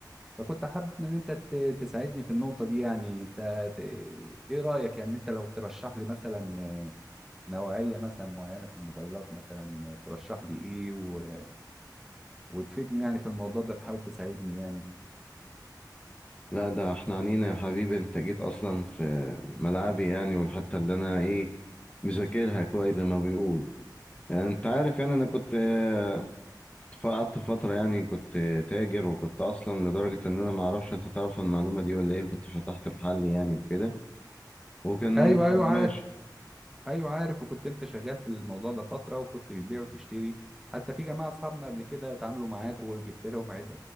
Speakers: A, in the centre; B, on the left (about 15°).
A: فكنت حابب ان انت ت- تساعدني في النقطة دي يعني انت ت... ايه رأيك يعني انت لو ترشح لي مثلا نوعية مثلا معينة في الموبايلات مثلا ترشح لي ايه و... وتفيدني يعني في الموضوع ده تحاول تساعدني يعني
B: لا ده احنا عنينا يا حبيبي انت جيت اصلا في ملعبي يعني والحته اللي انا ايه مذاكرها كويس زي ما بيقول يعني انت عارف يعني انا كنت آه، قعدت فتره يعني كنت تاجر وكنت اصلا لدرجه ان انا ما اعرفش انت تعرف المعلومه دي ولا ايه كنت فتحت محل يعني وكده وكان
A: ايوه ايوه
B: <laughs>
A: عارف
B: ماشي
A: ايوه عارف وكنت انت شغال في الموضوع ده فترة وكنت بتبيع وتشتري حتى في جماعة اصحابنا قبل كده اتعاملوا معاك وجبت لهم عد...